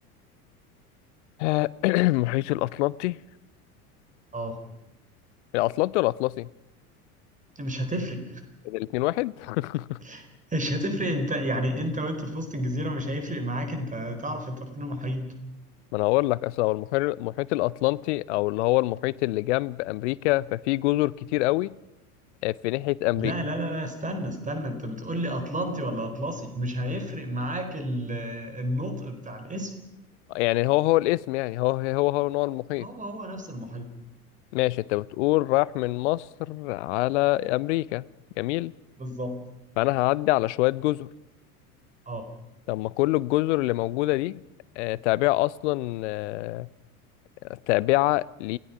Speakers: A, on the left; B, on the right.
A: <clears throat> المحيط الأطلنطي
B: اه
A: الأطلنطي ولا الأطلسي؟
B: مش هتفرق
A: الاتنين واحد؟ <laughs>
B: <laughs> مش هتفرق انت يعني انت وانت في وسط الجزيرة مش هيفرق معاك انت تعرف انت في المحيط
A: ما أنا هقول لك أصل هو المحيط المحيط الأطلنطي أو اللي هو المحيط اللي جنب أمريكا ففي جزر كتير قوي آه، في ناحية أمريكا
B: لا لا لا لا استنى استنى انت بتقول لي أطلنطي ولا أطلسي مش هيفرق معاك ال- النطق بتاع الاسم
A: يعني هو هو الاسم يعني هو هو هو نوع المحيط
B: هو هو نفس المحيط
A: ماشي أنت بتقول راح من مصر على أمريكا جميل
B: بالظبط
A: فأنا هعدي على شوية جزر
B: اه
A: طب ما كل الجزر اللي موجودة دي آه، تابعة أصلا آه، تابعة ل